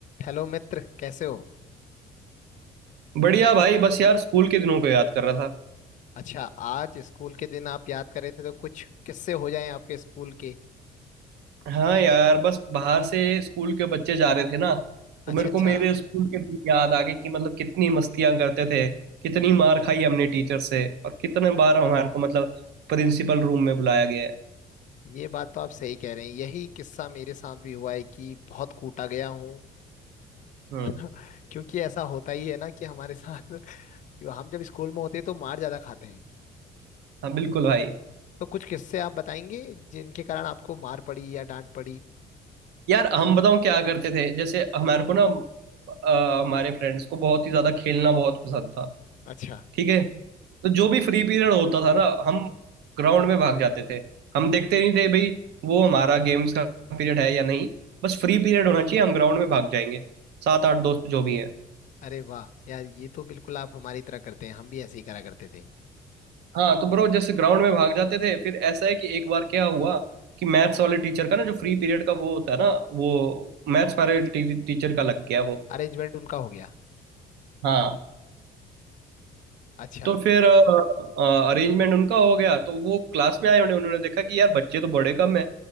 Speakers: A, on the left; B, on the right.
A: Hello मित्र कैसे हो
B: बढ़िया भाई बस यार स्कूल के दिनों को याद कर रहा था
A: अच्छा आज स्कूल के दिन आप याद कर रहे थे तो कुछ किस्से हो जाएं आपके स्कूल के
B: हाँ यार बस बाहर से स्कूल के बच्चे जा रहे थे ना तो
A: अच्छा
B: मेरे
A: अच्छा
B: को मेरे स्कूल के दिन याद आ गए कि मतलब कितनी मस्तियां करते थे कितनी मार खाई हमने टीचर से और कितने बार हमारे को मतलब प्रिंसिपल रूम में बुलाया गया है
A: ये बात तो आप सही कह रहे हैं यही किस्सा मेरे साथ भी हुआ है कि बहुत कूटा गया हूँ
B: हम्म
A: <laughs> क्योंकि ऐसा होता ही है ना कि हमारे साथ <laughs> हम जब स्कूल में होते हैं तो मार ज्यादा खाते हैं
B: हाँ बिल्कुल भाई
A: तो कुछ किस्से आप बताएंगे जिनके कारण आपको मार पड़ी या डांट पड़ी
B: यार हम बताओ क्या करते थे जैसे हमारे को ना अ, हमारे फ्रेंड्स को बहुत ही ज्यादा खेलना बहुत पसंद था
A: अच्छा
B: ठीक है तो जो भी फ्री पीरियड होता था ना हम ग्राउंड में भाग जाते थे हम देखते नहीं थे भाई वो हमारा गेम्स का पीरियड है या नहीं बस फ्री पीरियड होना चाहिए हम ग्राउंड में भाग जाएंगे सात आठ दोस्त जो भी है
A: अरे वाह यार ये तो बिल्कुल आप हमारी तरह करते हैं हम भी ऐसे ही करा करते थे
B: हाँ तो ब्रो जैसे ग्राउंड में भाग जाते थे फिर ऐसा है कि एक बार क्या हुआ कि मैथ्स वाले टीचर का ना जो फ्री पीरियड का वो होता है ना वो मैथ्स वाले टीचर का लग गया वो
A: अरेंजमेंट उनका हो गया
B: हाँ
A: अच्छा
B: तो फिर अरेंजमेंट उनका हो गया तो वो क्लास में आए उन्हें उन्होंने देखा कि यार बच्चे तो बड़े कम है